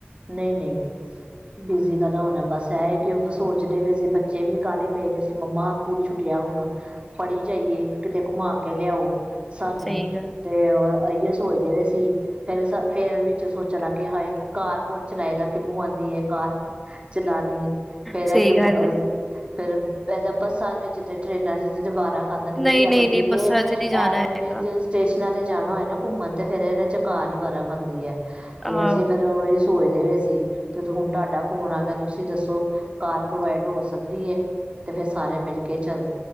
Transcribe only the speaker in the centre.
ਸਹੀ ਗੱਲ
ਸਹੀ
ਗੱਲ ਹੈ
ਨਹੀਂ
ਨਹੀਂ
ਨਹੀਂ ਬੱਸਾਂ
ਚ ਨਹੀਂ ਜਾਣਾ
ਹੈਗਾ
ਆਹੋ